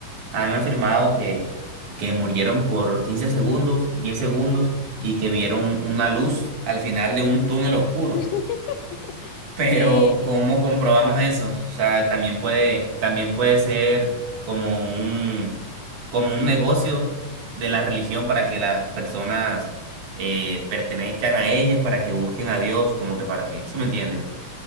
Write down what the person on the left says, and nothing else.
<laughs>
sí, sí,